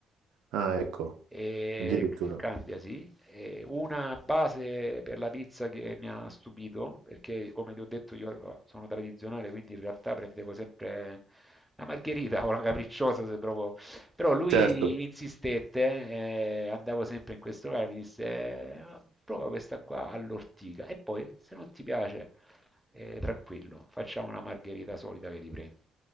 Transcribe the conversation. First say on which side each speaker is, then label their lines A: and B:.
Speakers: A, on the right (about 85°); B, in the centre.
A: Ah, ecco,
B: E
A: addirittura.
B: cambia, sì. E una base per la pizza che mi ha stupito, perché come ti ho detto io sono tradizionale, quindi in realtà prendevo sempre la margherita o la capricciosa se proprio... Però lui
A: Certo,
B: insistette, eh, andavo sempre in questo locale, mi disse "Eh, prova questa qua all'ortica e poi se non ti piace eh, tranquillo, facciamo una margherita solida che riprendi.